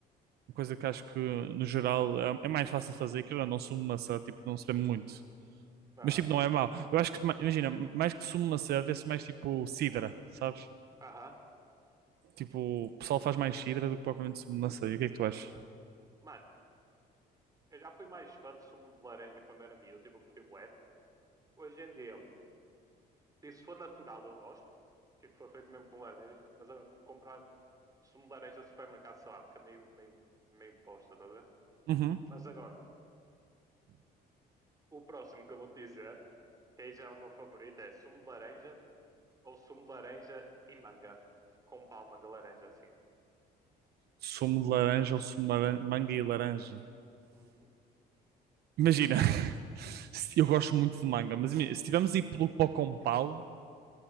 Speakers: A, on the right; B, on the right.
A: Uma coisa que acho que, no geral, é, é mais fácil de fazer, que é não, sumo de maçã, tipo, não se vê muito.
B: Aham.
A: Mas tipo, não é mau. Eu acho que, ma- imagina, mais que sumo de maçã vê-se mais tipo sidra, sabes?
B: Aham.
A: Tipo, o pessoal faz mais sidra do que propriamente submacê. E o que é que tu achas?
B: Mano, eu já fui mais fã de sumo de laranja quando era miúdo, tipo, eu curti bué. Hoje em dia, tipo, se for natural, eu gosto. Tipo, foi feito mesmo com laranjas, mas agora, tipo, comprar sumo de laranja do supermercado, sei lá, fica meio, meio, meio posta, tá a ver?
A: Uhum.
B: Mas agora, o próximo que eu vou te dizer, que aí já é o meu favorito, é sumo de laranja ou sumo de laranja e manga. Tipo, com palma de laranja, assim.
A: Sumo de laranja ou sumo de laran- manga e laranja?
B: Uhum.
A: Imagina, <laughs> se- eu gosto muito de manga, mas imagina, se tivermos a ir pelo pó com pal,